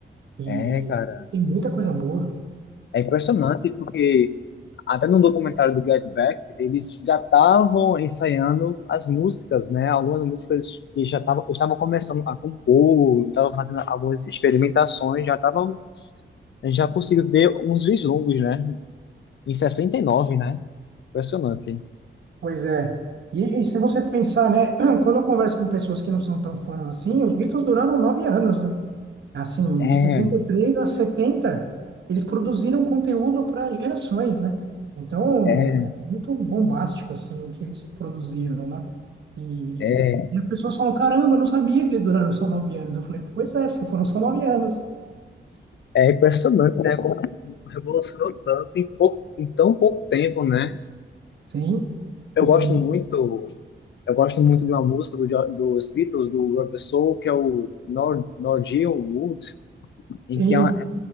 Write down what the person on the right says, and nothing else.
E
tem muita coisa boa.
Pois é. E, e se você pensar, né, <clears throat> quando eu converso com pessoas que não são tão fãs assim, os Beatles duraram nove anos, né? Assim,
de sessenta e três a 70 eles produziram conteúdo para gerações, né? Então,
é muito bombástico, assim, o que eles produziram, né? E,
e as pessoas falam, caramba, eu não sabia que eles duraram só nove anos. Eu falei, pois é, só foram só nove anos.
Sim,
e
sim,